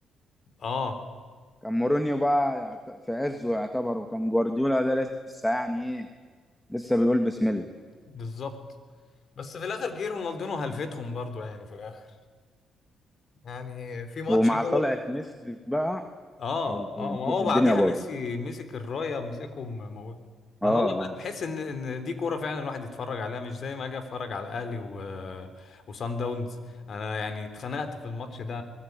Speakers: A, on the left; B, in the centre.
A: اه
B: كان مورينيو بقى يعت- في عزه يعتبر وكان جوارديولا ده لسه يعني ايه لسه بيقول بسم الله
A: بالظبط بس في الاخر جه رونالدينو هلفتهم برضو يعني في الاخر يعني في ماتش
B: ومع
A: كده
B: طلعة ميسي بقى
A: اه
B: ال-
A: اه ما هو
B: الدنيا
A: بعديها
B: باظت
A: ميسي مسك الرايه مسكهم موت
B: اه
A: انا والله بقى
B: اه
A: بحس ان ان دي كوره فعلا الواحد يتفرج عليها مش زي ما اجي اتفرج على الاهلي و... وسان داونز انا يعني اتخنقت في الماتش ده